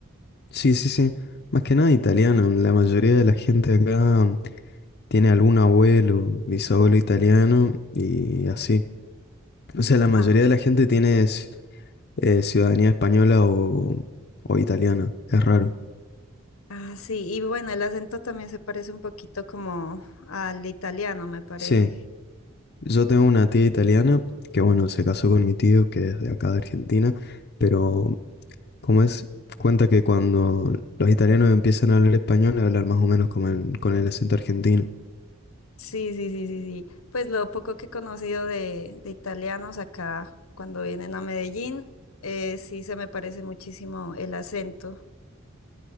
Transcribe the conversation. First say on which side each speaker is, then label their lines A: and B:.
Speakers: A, on the left; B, on the left.
A: Sí, sí, sí. Más que nada italiano. La mayoría de la gente acá mm, tiene algún abuelo, bisabuelo italiano y así. O sea, la mayoría
B: Ah,
A: de la gente tiene ci- eh, ciudadanía española o, o italiana. Es raro.
B: ah, sí, y bueno, el acento también se parece un poquito como al italiano, me parece.
A: Sí, yo tengo una tía italiana que, bueno, se casó con mi tío, que es de acá de Argentina, pero como es, cuenta que cuando los italianos empiezan a hablar español, hablan más o menos como en- con el acento argentino.
B: Sí, sí, sí, sí, sí. Pues lo poco que he conocido de, de italianos acá cuando vienen a Medellín, eh, sí se me parece muchísimo el acento.